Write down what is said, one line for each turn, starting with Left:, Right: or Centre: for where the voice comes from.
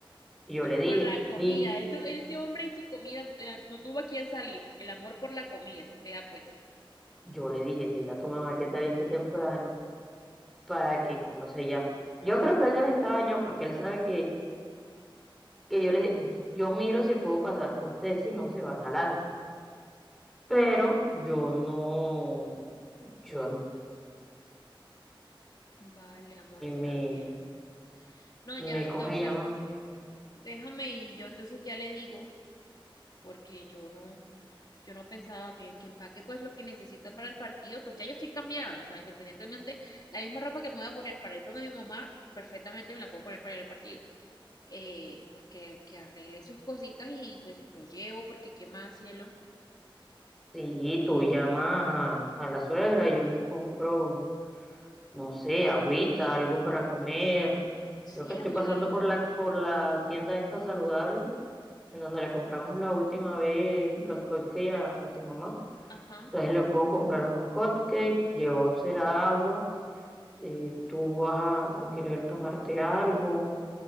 Centre: Y yo le dije,
Left: Por la
Centre: di,
Left: comida, eso, ese hombre y su comida no, tenía- no tuvo a quién salir. El amor por la comida, vea pues.
Centre: yo le dije, dile a tu mamá que te aliste temprano para que, ¿cómo se llama? Yo creo que él debe estar bañado porque él sabe que, que yo le, yo miro si puedo pasar por ustedes, si no se van adelante. Pero yo no, yo a mí
Left: Vale, amor,
Centre: me,
Left: está bien. No, ya,
Centre: me
Left: entonces
Centre: coge, llama, me,
Left: déjame y yo entonces ya le digo, porque yo no, Yo no pensaba que, que empaque pues lo que necesita para el partido, pues ya yo estoy cambiada, o sea, independientemente, la misma ropa que me voy a poner para ir donde mi mamá, perfectamente me la puedo poner para ir al partido. Eh, pues que, que arregle sus cositas y pues lo llevo porque qué más, cielo.
Centre: sí, tú llama a, a la suegra, yo les compro, no sé, agüita, algo para comer.
Left: Sí,
Centre: Creo que estoy
Left: amor,
Centre: pasando
Left: en lo...
Centre: por la, por la tienda esta saludable en donde le compramos la última vez los cupcakes a, a tu mamá.
Left: ajá,
Centre: Entonces le puedo comprar unos cupcakes, llevó será agua, eh, tú vas a, a querer tomarte algo,